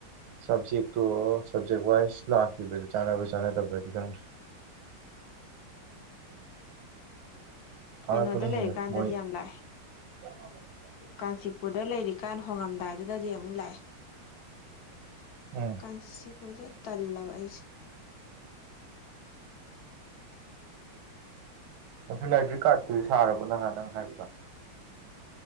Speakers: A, on the right; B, on the left.
A: ꯁꯞꯖꯦꯛꯇꯣ ꯁꯞꯖꯦꯛ ꯋꯥꯏꯁ ꯂꯥꯛꯈꯤꯕꯅꯤ ꯆꯥꯟꯅꯕ꯭ꯔꯥ ꯆꯥꯟꯅꯗꯕ꯭ꯔꯗꯤ ꯈꯪꯗ꯭ꯔꯦ ꯐꯥꯔꯛꯄꯅꯦ
B: ꯀꯩꯅꯣꯗ ꯂꯩꯔꯤꯀꯥꯟꯗꯗꯤ
A: ꯍꯦꯛ ꯍꯦꯛ ꯃꯣꯏ
B: ꯂꯥꯛꯑꯦ
A: <unintelligible>
B: ꯀꯥꯟꯆꯤꯄꯨꯔꯗ ꯂꯩꯔꯤꯀꯥꯟ ꯍꯣꯡꯉꯝꯗꯥꯏꯗꯨꯗꯗꯤ ꯑꯃꯨꯛ ꯂꯥꯛꯑꯦ
A: ꯎꯝ
B: ꯀꯥꯟꯆꯤꯄꯨꯔꯗ ꯇꯥꯜꯂꯕ ꯑꯩꯁꯤ
A: ꯑꯗꯨ ꯂꯥꯏꯕ꯭ꯔꯦꯔꯤ ꯀꯥ꯭ꯔꯠꯇꯨꯗꯤ ꯁꯥꯔꯕꯣ ꯅꯥꯍꯟ ꯅꯪ ꯍꯥꯏꯕꯗꯣ